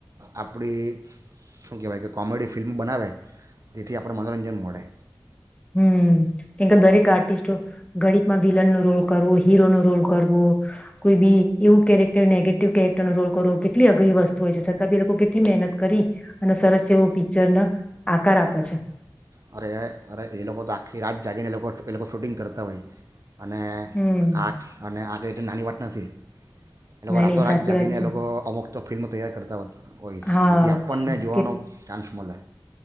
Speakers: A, on the right; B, on the left.
A: આપણી શું કહેવાય કે કોમેડી ફિલ્મ બનાવે તેથી આપણ મનોરંજન મળે
B: હમ કેમ કે દરેક આર્ટિસ્ટો ગણિતમાં વિલન નો રોલ કરવો હીરો નો રોલ કરવો કોઈ બી એવું કેરેક્ટર નેગેટિવ કેરેક્ટર નો રોલ કરવો કેટલી અઘરી વસ્તુ હોય છે છતાં બી લોકો કેટલી મહેનત કરી અને સરસ એવો પિક્ચરને આકાર આપે છે.
A: અરે અરે એ લોકો તો આખી રાત જાગીને એ લોકો એ લોકો શૂટિંગ કરતા હોય. અને
B: હમ
A: આગ અને આગે એ નાની વાત નથી. એ લોકો
B: ના
A: રાતોરાત
B: નહી સાચી
A: જાગીને
B: વાત છે
A: એ લોકો અમુક તો ફિલ્મ તૈયાર કરતા હોત. હોય
B: હા
A: જેથી આપણને જોવાનો
B: કે
A: ચાન્સ મળે.